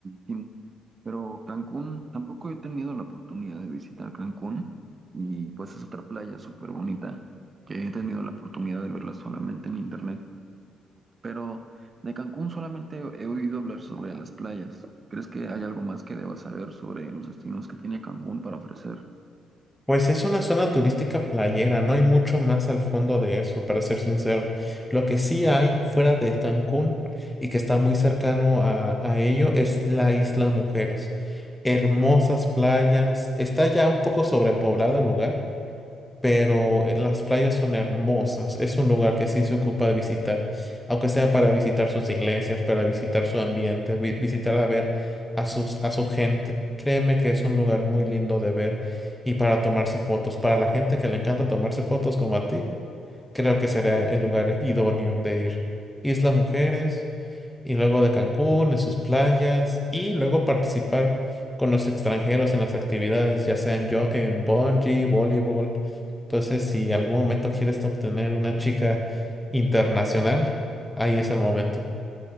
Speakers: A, on the right; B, in the centre.
A: sí, Pero Cancún, tampoco he tenido la oportunidad de visitar Cancún y pues es otra playa súper bonita que he tenido la oportunidad de verla solamente en internet. Pero de Cancún solamente he oído hablar sobre las playas. ¿Crees que hay algo más que deba saber sobre los destinos que tiene Cancún para ofrecer?
B: Pues es una zona turística playera, no hay mucho más al fondo de eso, para ser sincero. Lo que sí hay fuera de Cancún y que está muy cercano a, a ello es la Isla Mujeres. Hermosas playas, está ya un poco sobrepoblado el lugar, pero eh, las playas son hermosas. Es un lugar que sí se ocupa de visitar, aunque sea para visitar sus iglesias, para visitar su ambiente, vi- visitar a ver a sus, a su gente. Créeme que es un lugar muy lindo de ver y para tomarse fotos. Para la gente que le encanta tomarse fotos como a ti, creo que será el lugar idóneo de ir. Isla Mujeres y luego de Cancún, en sus playas, y luego participar con los extranjeros en las actividades, ya sea en, yo- en bungee, voleibol. Entonces, si en algún momento quieres obtener una chica internacional, ahí es el momento.